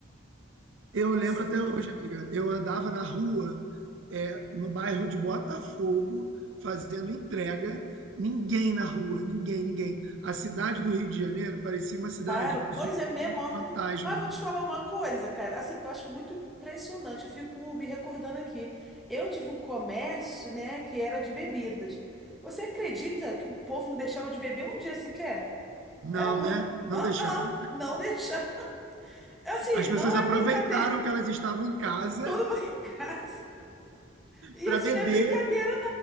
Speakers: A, on the right (about 65°); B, in the centre.
A: Eu
B: Você
A: lembro até hoje, amiga. Eu andava na rua, é, no bairro de Botafogo, fazendo entrega. Ninguém na rua, ninguém, ninguém. A cidade do Rio de Janeiro parecia uma cidade
B: Paro. Pois
A: zumbi,
B: é, meia morte,
A: fantasma.
B: né? Mas vou te falar uma coisa, cara, assim, que eu acho muito impressionante, eu fico me recordando aqui. Eu tive um comércio, né, que era de bebidas. Você acredita que o povo não deixava de beber um dia sequer?
A: Não,
B: Era muito.
A: né? Não
B: Ah,
A: deixava.
B: ah, não <laughs> deixar. Assim,
A: As pessoas
B: não
A: aproveitaram
B: é brincadeira.
A: que elas estavam em casa
B: Todo mundo <laughs> em casa. E
A: para
B: assim,
A: <laughs>
B: não
A: beber
B: é brincadeira.